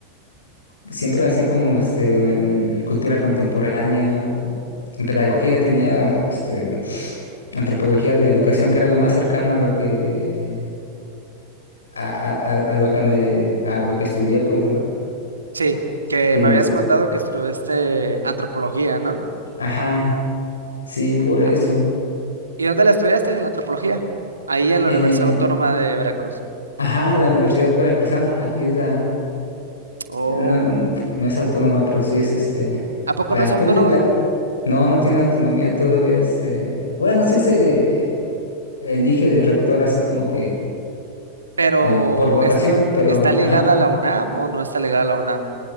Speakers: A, on the left; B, on the right.
A: siempre así como este, en, en cultura contemporánea. En pedagogía tenía este, antropología de la educación, que era lo más cercano a lo que, a, a- a- a lo que me, a lo que estudié, pues, ¿no?
B: sí, que
A: Y en
B: me habías
A: los,
B: contado que estudiaste antropología, ¿no?
A: ajá, sí, por
B: Ah,
A: eso.
B: ¿Y dónde la estudiaste, la antropología? Ahí en
A: En,
B: la Universidad Autónoma de Veracruz.
A: ajá, la Universidad Veracruzana, aquí es la...
B: Oh,
A: eh, No, no, no es autónoma, pero sí es este.
B: ¿a poco
A: La
B: no es autónoma?
A: pública, la, no, no tiene autonomía todavía. Este, bueno, sí se elige el rector así como que
B: Pero
A: eh, por votación,
B: es-
A: pero
B: ¿está ligada
A: ajá.
B: a la UNAM o no está ligada a la UNAM?